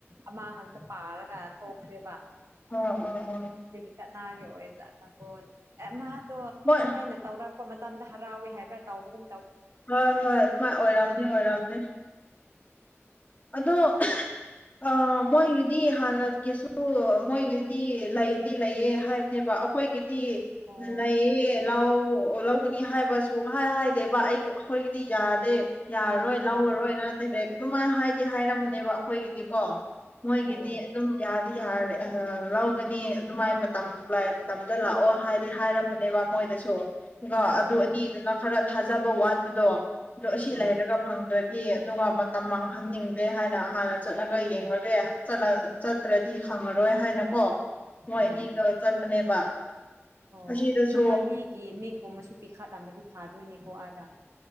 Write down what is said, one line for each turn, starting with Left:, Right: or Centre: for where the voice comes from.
Right: ꯑꯃꯥ ꯈꯥꯛꯇ ꯄꯥꯔꯒ ꯇꯣꯛꯈ꯭ꯔꯦꯕ
Left: ꯑꯣ ꯑꯣ ꯑꯣ
Right: ꯇꯤꯟ ꯀꯅꯥꯒꯤ ꯑꯣꯏꯖꯠꯂꯀꯣ ꯑꯦ ꯃꯥꯥꯗꯣ
Left: ꯍꯣꯏ
Right: ꯁꯨꯃꯥꯏꯅ ꯇꯧꯔꯛꯄ ꯃꯇꯝꯗ ꯍꯔꯥꯎꯌꯦ ꯍꯥꯏꯕ꯭ꯔꯥ ꯇꯥꯎꯕꯒꯨꯝ ꯇꯧ
Left: ꯍꯣꯏ ꯍꯣꯏ ꯍꯣꯏ ꯑꯣꯏꯔꯝꯅꯤ ꯑꯣꯏꯔꯝꯅꯤ ꯑꯗꯣ ꯑ ꯃꯣꯏꯒꯤꯗꯤ ꯍꯥꯟꯅꯒꯤꯁꯨ ꯃꯣꯏꯒꯤꯗꯤ ꯂꯩꯗꯤ ꯂꯩꯌꯦ ꯍꯥꯏ ꯅꯦꯕ ꯑꯩꯈꯣꯏꯒꯤꯗꯤ
Right: ꯑꯣ
Left: ꯂꯩꯌꯦ ꯂꯥꯎ ꯂꯥꯎ ꯕꯨꯅꯤ ꯍꯥꯏꯕꯁꯨ ꯁꯨꯛꯍꯥꯏ ꯍꯥꯏꯗꯦꯕ ꯑꯩ ꯑꯩꯈꯣꯏꯒꯤꯗꯤ ꯌꯥꯗꯦ ꯌꯥꯔꯔꯣꯏ
Right: ꯑꯣ
Left: ꯂꯧꯔꯔꯣꯏꯅ ꯗꯥꯏꯔꯦꯛ ꯑꯗꯨꯃꯥꯏꯅ ꯍꯥꯏꯗꯤ ꯍꯥꯏꯔꯝꯕꯅꯦꯕ ꯑꯩꯈꯣꯏꯒꯤꯗꯤꯀꯣ ꯃꯣꯏꯒꯤꯗꯤ
Right: ꯑꯣ
Left: ꯑꯗꯨꯝ ꯌꯥꯗꯤ ꯌꯥꯔꯦ ꯑ ꯂꯧꯒꯅꯤ ꯑꯗꯨꯃꯥꯏ ꯃꯇꯝ ꯈꯨꯂꯥꯏ ꯃꯇꯝꯗ ꯂꯥꯛꯑꯣ ꯍꯥꯏꯗꯤ ꯍꯥꯏꯔꯝꯕꯅꯦꯕ ꯃꯣꯏꯗ ꯁꯨ ꯗꯨꯒ
Right: ꯑꯣ
Left: ꯑꯗꯨ ꯑꯅꯤꯗꯨꯅ ꯈꯔ ꯊꯥꯖꯕ ꯋꯥꯠꯄꯗꯣ ꯑꯗꯣ ꯑꯁꯤ
Right: ꯎꯝ
Left: ꯂꯩꯔꯒ ꯐꯪꯗ꯭ꯔ ꯌꯦ ꯑꯗꯨꯒ ꯃꯇꯝ ꯃꯥꯡꯍꯟꯅꯤꯡꯗꯦ ꯍꯥꯏꯅ ꯍꯥꯟꯅ ꯆꯠꯂꯒ ꯌꯦꯡꯂꯒꯦ ꯂꯠꯂ ꯂꯠ ꯇ꯭ꯔꯗꯤ ꯍꯪꯉꯔꯣꯏ ꯍꯥꯏꯅꯀꯣ ꯃꯣꯏ
Right: ꯎꯝ
Left: ꯑꯅꯤꯒ ꯆꯠꯄꯅꯦꯕ
Right: ꯑꯣ
Left: ꯑꯁꯤꯗꯁꯨ
Right: ꯃꯃꯥꯅꯤꯒꯤ ꯃꯤꯡꯒꯨꯝꯕꯁꯨ ꯄꯤꯈꯠ ꯂꯝꯃꯗꯤ ꯐꯥꯗꯣꯏꯅꯦꯀꯣ ꯑꯥꯗ